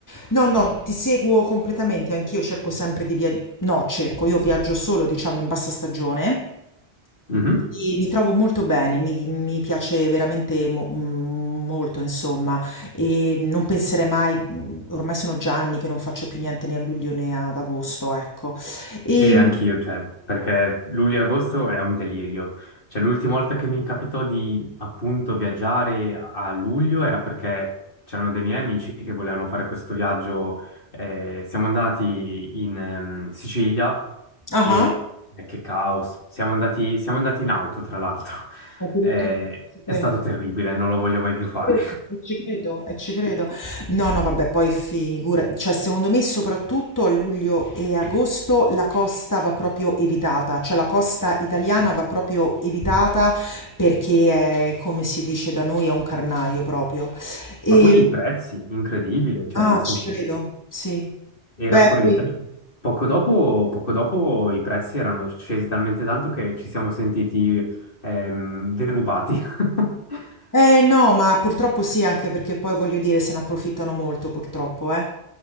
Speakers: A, on the left; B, on the left.
A: No, no, ti seguo completamente, anch'io cerco sempre di viaggiare, no, cerco, io viaggio solo, diciamo, in bassa stagione
B: Mhm.
A: e mi trovo molto bene, mi, mi piace veramente mo- mm, molto, insomma, e non penserei mai, mm, ormai sono già anni che non faccio più niente né a luglio né ad agosto, ecco. E...
B: E anch'io, cioè, perché luglio e agosto è un delirio. Cioè, l'ultima volta che mi capitò di appunto viaggiare a luglio era perché c'erano dei miei amici che volevano fare questo viaggio. eh, siamo andati in ehm, Sicilia
A: Ah,
B: e eh, che caos! Siamo andati, siamo andati in auto, tra l'altro. <laughs>
A: addirittura,
B: Eh,
A: sapete.
B: è stato terribile, non lo voglio mai più fare.
A: credo, e Ci credo, e ci credo. No, no, vabbè, poi figura, cioè secondo me soprattutto a luglio e agosto la costa va proprio evitata, cioè la costa italiana va proprio evitata perché è, come si dice da noi, è un carnaio proprio.
B: <laughs>
A: E...
B: Ma poi i prezzi, incredibile, cioè,
A: Ah,
B: in senso.
A: ci credo, sì.
B: Era
A: Beh,
B: fuori
A: qui-
B: di testa. Poco dopo, poco dopo i prezzi erano scesi talmente tanto che ci siamo sentiti ehm, derubati. <laughs>
A: Eh no, ma purtroppo sì, anche perché poi voglio dire se ne approfittano molto purtroppo, eh.